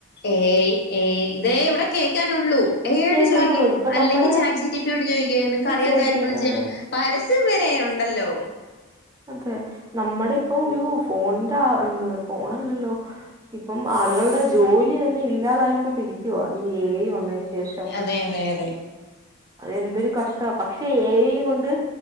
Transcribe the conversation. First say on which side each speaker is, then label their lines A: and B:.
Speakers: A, on the left (about 50°); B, on the right (about 15°).
A: ഏ, ഐ. എ, ഐ ഇതേ ഇവിടെ കേൾക്കാനുള്ളൂ. എ ഐ
B: കേക്കാനുള്ളത്
A: ട് ചോദിക്ക്
B: ഇപ്പൊ
A: അല്ലെങ്കിൽ
B: നമ്മടെ
A: ചാറ്റ്ജി ടി പി യോട് ചോദിക്ക് നിങ്ങക്ക് അറിയാത്ത
B: ചോയ്ക്ക
A: കാര്യങ്ങൾ ജെമി
B: അതെ
A: പരസ്യം വരെ ഉണ്ടല്ലോ
B: അതെ നമ്മുടെ ഇപ്പം ഒരു ഫോണിന്റെ അത് ഫോണല്ലല്ലോ? ഇപ്പം ആളുകളുടെ ജോലി തന്നെ ഇല്ലാതായിക്കൊണ്ടിരിക്കുവാ. ഈ എ ഐ വന്നതിന് ശേഷം.
A: അതെയതെയതെ
B: അതെന്തൊരു കഷ്ടാ പക്ഷെ ഏ ഐയ് കൊണ്ട്